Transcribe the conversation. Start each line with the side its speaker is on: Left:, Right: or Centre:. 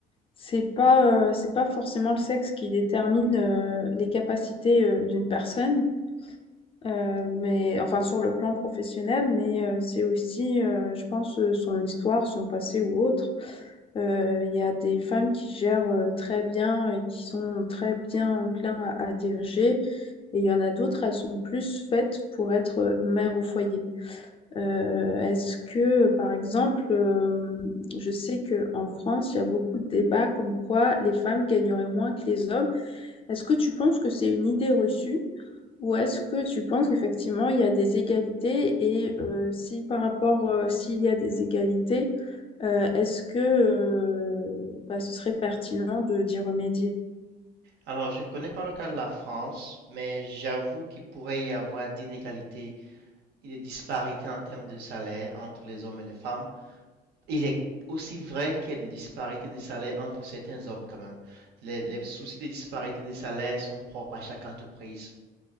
Left: c'est pas euh, c'est pas forcément le sexe qui détermine euh, les capacités euh, d'une personne, Euh, mais enfin sur le plan professionnel, mais euh, c'est aussi, euh, je pense, euh, son histoire, son passé ou autre. Euh, Il y a des femmes qui gèrent euh, très bien et qui sont très bien enclins à, à diriger, et il y en a d'autres, elles sont plus faites pour être euh, mères au foyer. Euh, est-ce que, par exemple, euh, je sais qu'en France, il y a beaucoup de débats comme quoi les femmes gagneraient moins que les hommes. Est-ce que tu penses que c'est une idée reçue? Ou est-ce que tu penses qu'effectivement il y a des égalités et euh, si par rapport euh, s'il y a des égalités, euh, est-ce que euh, bah, ce serait pertinent de d'y remédier?
Right: Alors, je ne connais pas le cas de la France, mais j'avoue qu'il pourrait y avoir d'inégalités et de disparités en termes de salaire entre les hommes et les femmes. Il est aussi vrai qu'il y a des disparités de salaire entre certains hommes quand même. Les, les soucis des disparités de salaire sont propres à chaque entreprise.